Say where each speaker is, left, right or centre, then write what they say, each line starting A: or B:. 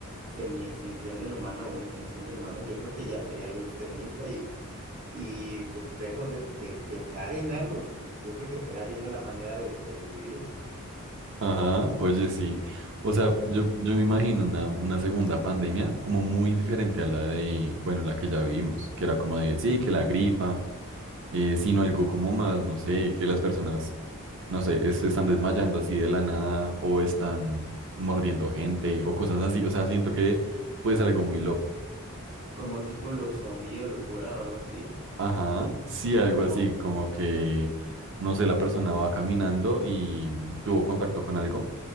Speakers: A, on the right; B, on the right.
A: semi-extinción del humano o una extinción del humano, yo creo que ya sería algo extremista y, y pues dejo de, de pensar en algo, yo creo que estará viendo la manera de sobrevivir.
B: ajá, oye, sí. O sea, yo, yo me imagino una, una segunda pandemia como muy diferente a la de, bueno, la que ya vivimos, que era como de, sí, que la gripa, eh, sino algo como más, no sé, que las personas, no sé, es- se están desmayando así de la nada o están mordiendo gente o cosas así. O sea, siento que puede ser algo muy loco.
A: Como tipo lo zombie o locura o algo así.
B: Ajá, sí,
A: O sea,
B: algo
A: como
B: así, como que, no sé, la persona va caminando y tuvo contacto con algo